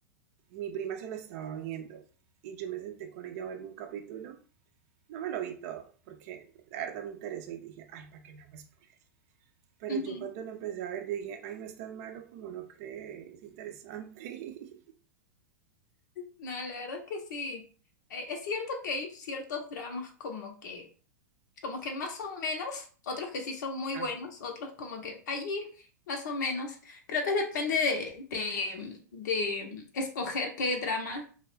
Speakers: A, on the right; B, on the left.
A: mi prima se lo estaba viendo y yo me senté con ella a verme un capítulo No me lo vi todo, porque la verdad me interesó y dije, ay, ¿para qué me hago spoiler? Pero
B: ujú.
A: yo cuando lo empecé a ver, yo dije, ay, no es tan malo como no cree, es interesante.
B: No, la verdad es que sí. Eh, Es cierto que hay ciertos dramas como que como que más o menos, otros que sí son muy
A: <laughs>
B: buenos,
A: ah,
B: otros como que allí más o menos. Creo que depende de, de, de escoger qué drama